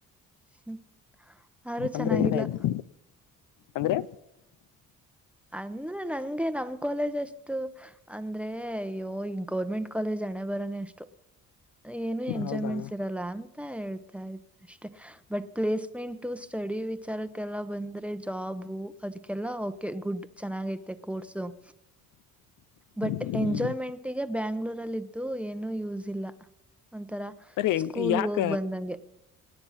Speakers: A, in the centre; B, on the left.
A: <inaudible> ಆರೂ
B: ಅಂದ್ರೆ
A: ಚೆನ್ನಾಗಿಲ್ಲಾ
B: ಏನಾಯ್ತು ಅಂದ್ರೆ
A: ಅಂದ್ರೆ ನಂಗೆ ನಮ್ ಕಾಲೇಜ್ ಅಷ್ಟು ಅಂದ್ರೇ ಅಯ್ಯೋ ಈ ಗೋರ್ಮೆಂಟ್ ಕಾಲೇಜ್ ಹಣೆ ಬರಾನೆ ಅಷ್ಟು ಏನು ಎಂಜಾಯ್ಮೆಂಟ್ಸ್
B: ಹೌದಾ
A: ಇರಲ್ಲಾ ಅಂತ ಹೇಳ್ತಾ ಇದ್ದೆ. ಅಷ್ಟೇ ಹ್ಹ್ ಬಟ್ ಪ್ಲೇಸ್ಮೆಂಟು ಸ್ಟಡಿ ವಿಚಾರಕ್ಕೆಲ್ಲ ಬಂದ್ರೆ ಜಾಬು ಅದಕ್ಕೆಲ್ಲಾ ಓ ಕೆ ಗುಡ್ ಚೆನ್ನಾಗೈತೆ ಕೋರ್ಸು ಸ್ಮ್ ಬಟ್
B: ಹ್ಮ್
A: ಎಂಜಾಯ್ಮೆಂಟ್ಗೆ ಬ್ಯಾಂಗ್ಳೂರಲ್ಲಿದ್ದೂ ಏನು ಯೂಸ್ ಇಲ್ಲಾ. ಒಂಥರಾ
B: ಬರಿ
A: ಸ್ಕೂಲ್
B: ಯಾಕ
A: ಹೋಗ್ ಬಂದಂಗೆ